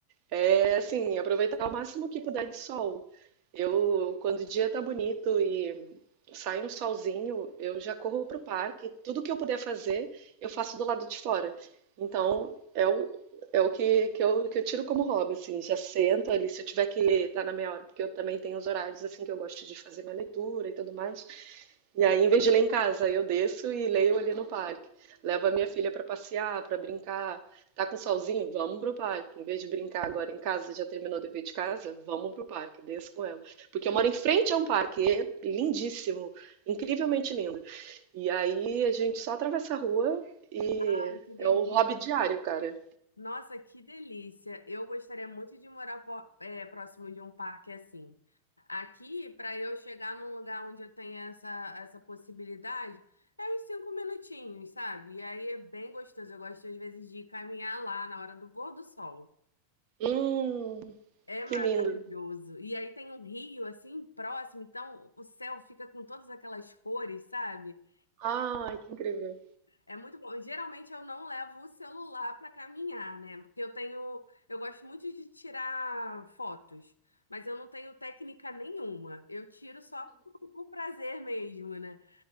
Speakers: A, on the right; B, on the left.
A: é assim, aproveitar ao máximo que puder de sol. Eu, quando o dia tá bonito e sai um solzinho, eu já corro pro parque. Tudo que eu puder fazer, eu faço do lado de fora. Então, é o, é o que, que eu, que eu tiro como hobby, assim. Já sento ali, se eu tiver que estar na meia hora, porque eu também tenho os horários, assim, que eu gosto de fazer minha leitura e tudo mais. E aí, em vez de ler em casa, eu desço e leio ali no parque. Levo a minha filha para passear, para brincar. Tá com solzinho? Vamos pro parque. Em vez de brincar agora em casa, você já terminou o dever de casa? Vamos pro parque, desça com ela. Porque eu moro em frente a um parque, é lindíssimo, incrivelmente lindo. E aí a gente só atravessa a rua e
B: Ai, que delícia.
A: é o hobby diário, cara.
B: Nossa, que delícia! Eu gostaria muito de morar po- é, próximo de um parque assim. Aqui, para eu chegar num lugar onde eu tenha essa, essa possibilidade, é uns cinco minutinhos, sabe? E aí é bem gostoso. Eu gosto, às vezes, de caminhar lá na hora do pôr do sol.
A: Hum,
B: É maravilhoso.
A: que lindo.
B: E aí tem um rio assim próximo, então o céu fica com todas aquelas cores, sabe?
A: Ai, que incrível.
B: É muito bom. E, Geralmente eu não levo o celular para caminhar, né? Porque eu tenho, eu gosto muito de tirar fotos, mas eu não tenho técnica nenhuma. Eu tiro só por prazer mesmo, né?